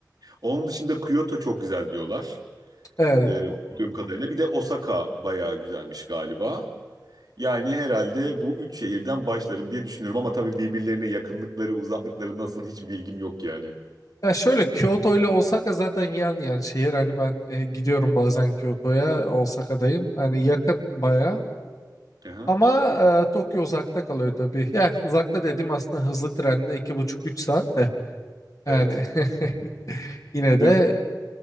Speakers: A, on the right; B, on the left.
A: Onun dışında Kyoto çok güzel diyorlar.
B: evet.
A: E, duyduğum kadarıyla. Bir de Osaka bayağı güzelmiş galiba. Yani herhalde bu üç şehirden başlarım diye düşünüyorum ama tabii birbirlerine yakınlıkları, uzaklıkları nasıl hiç bilgim yok yani.
B: Ya şöyle Kyoto ile Osaka zaten yan yan şehir. Hani ben e, gidiyorum bazen Kyoto'ya, Osaka'dayım. Hani yakın bayağı.
A: Aha,
B: Ama e, Tokyo uzakta kalıyor tabii. Yani uzakta dedim aslında hızlı trenle iki buçuk üç saat de.
A: evet.
B: Yani <laughs> yine
A: Hız-
B: de